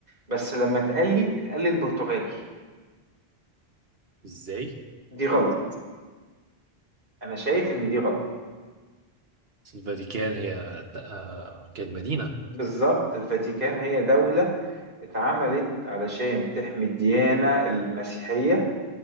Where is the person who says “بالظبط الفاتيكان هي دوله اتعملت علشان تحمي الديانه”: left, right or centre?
Right